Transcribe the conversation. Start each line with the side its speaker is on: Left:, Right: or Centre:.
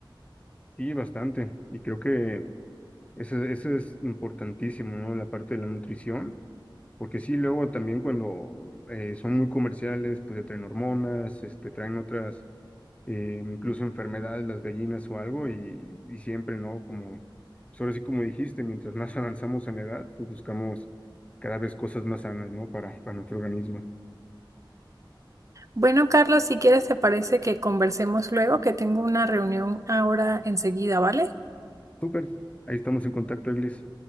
Left: Sí, bastante. Y creo que Eso, eso es importantísimo, ¿no? La parte de la nutrición, porque sí, luego también cuando eh, son muy comerciales, pues te traen hormonas, este, traen otras, eh, incluso enfermedades, las gallinas o algo, y, y siempre, ¿no? Como, pues ahora sí como dijiste, mientras más <laughs> avanzamos en la edad, pues buscamos cada vez cosas más sanas, ¿no? Para, para nuestro organismo.
Right: Bueno, Carlos, si quieres, te parece que conversemos luego, que tengo una reunión ahora enseguida, ¿vale?
Left: Súper, ahí estamos en contacto, Eglis.